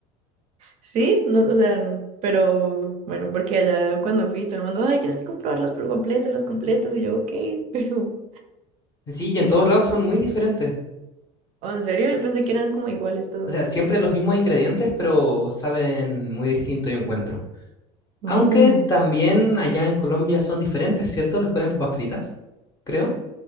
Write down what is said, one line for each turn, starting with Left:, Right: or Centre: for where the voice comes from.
Right: Sí, no, o sea, pero bueno, porque allá cuando fui, todo el mundo, ay, tienes que comprobarlos por completo, los completos. Y yo, ok, <laughs> pero
Left: Sí, y
Right: sí.
Left: en todos lados son muy diferentes.
Right: Oh, ¿en serio? Yo pensé que eran como iguales todos.
Left: O sea, siempre los mismos ingredientes, pero saben muy distinto, yo encuentro.
Right: Mm.
Left: Aunque también allá en Colombia son diferentes, ¿cierto? Los ponen papas fritas, creo.